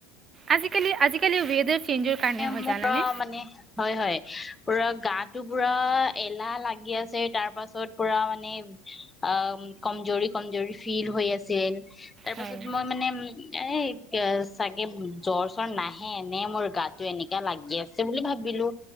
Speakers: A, on the right (about 30°); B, on the left (about 15°).
A: আজিকালি -আজিকালি ৱেডাৰ চেঞ্জৰ কাৰণে
B: এ,
A: হয়
B: মোৰ
A: জানানে
B: পুৰা মানে হয় -হয় পুৰা গাত টো পুৰা এলাহ লাগি আছে তাৰ পাছত পুৰা মানে আম, কমজৰি -কমজৰি ফিল হৈ আছিল তাৰপাছত
A: হয়
B: মই মানে এ গে চাগে জ্বৰ -চ্বৰ নাহে এনে মোৰ গাত টো এনেকা লাগি আছে বুলি ভাবিলো